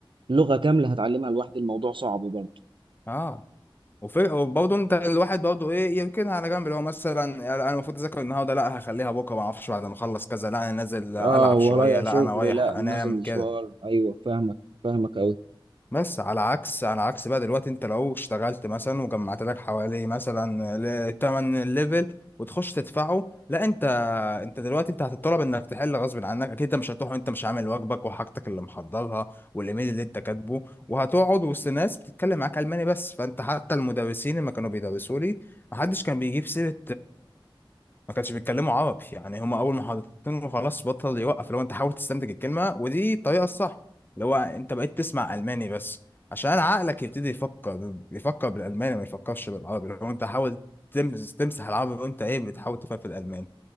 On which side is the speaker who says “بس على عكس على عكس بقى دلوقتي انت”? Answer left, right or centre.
Left